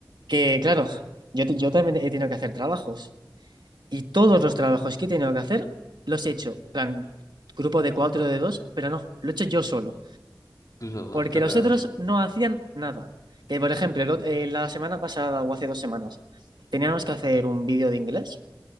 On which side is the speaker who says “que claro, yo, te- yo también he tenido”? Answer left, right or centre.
Right